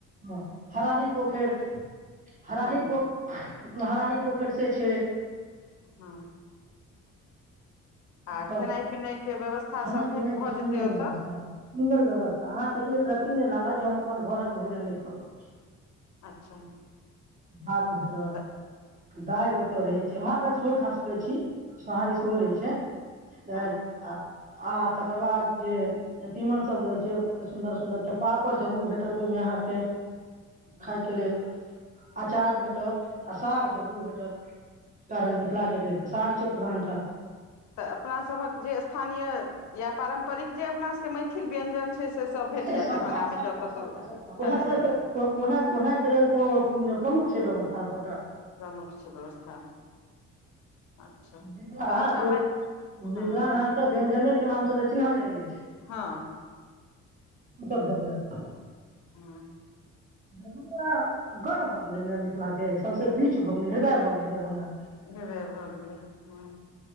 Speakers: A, on the right; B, on the left.
A: हँ हराही पोखैर। हराही
B: हँ
A: पोख हराही पोखैर से छै।
B: हाँ। आ
A: ओतऽ
B: खेनाय-पिनाय के व्यवस्था
A: खाना
B: सब
A: पीना
B: भे भऽ
A: के सुन्दर
B: जेतै ओता।
A: व्यवस्था हय सुन्दर व्यवस्था अहाँ के एक रत्ती नै लागत जे हम अपन घरक भोजन नै क रहल छी।
B: अच्छा।
A: हाँ। भेटत।
B: तऽ
A: दाल ओता रहै छै, भात-दाल सेहो खा सकै छी। सोहारी सेहो
B: हँ
A: रहै छै। दाल
B: हँ
A: आ आ तकर बाद जे तीमन सब रहै छै, सुन्दर-सुन्दर के पापड़ जरूर भेटत उ मे अहाँ के।
B: हँ
A: खाय के लेल। अचार भेटत आ साग जरूर भेटत, कारण मिथला के ते साग छै प्रधानता।
B: तऽ अपना सभक जे स्थान या। या पारम्परिक जे अपना सब के मैथिल व्यंजन छै। से सब भेट
A: से
B: जायत
A: सब
B: दरभंगामे
A: हाँ सबटा-सबटा-सबटा
B: जँ कतहु खाय
A: उहाए
B: लए
A: के
B: जाही
A: लेल ते
B: तऽ
A: ओ उहाए, उहाए के लेल ते ओ प्रमुख छै व्यवस्था ओतौका।
B: प्रमुख छै व्यवस्था। अच्छा
A: मिथला
B: तऽ अच्छा
A: ओ
B: मै
A: मिथला
B: हँ
A: अहाँ के व्यंजने के नाम से ते चिन्हल जाय एछ।
B: हाँ।
A: ओता भेट जाएत।
B: हाँ।
A: दरभंगा गढ़ भऽ गेलै ने मिथला के, सबसे बीच भऽ गेलै, हृदय भऽ गेलै दरभंगा।
B: हृदय भ गेले हाँ।